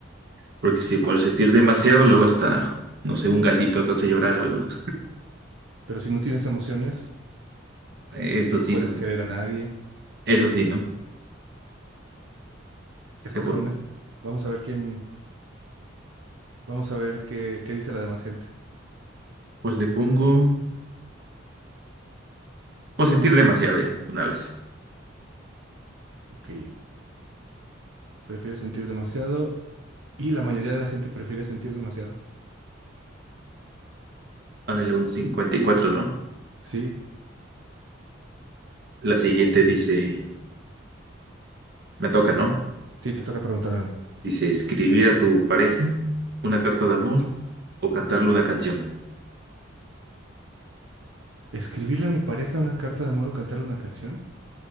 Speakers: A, on the right; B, on the right.
A: porque si por sentir demasiado, luego hasta, no sé, un gatito te hace llorar o algo. ¿no?
B: Pero si no tienes emociones,
A: Eso
B: no
A: sí,
B: puedes
A: ¿no?
B: querer a nadie.
A: Eso sí, ¿no?
B: Escoge
A: Le pon-
B: una. Vamos a ver quién. Vamos a ver qué, qué dice la demás gente.
A: pues le pongo, pues sentir demasiado ya, una vez.
B: Ok, prefiero sentir demasiado y la mayoría de la gente prefiere sentir demasiado.
A: Ándale, un 54, ¿no?
B: Sí,
A: La siguiente dice, me toca, ¿no?
B: sí, te toca preguntarme a mí.
A: Dice, escribir a tu pareja una carta de amor o cantarle una canción.
B: ¿Escribirle a mi pareja una carta de amor o cantarle una canción?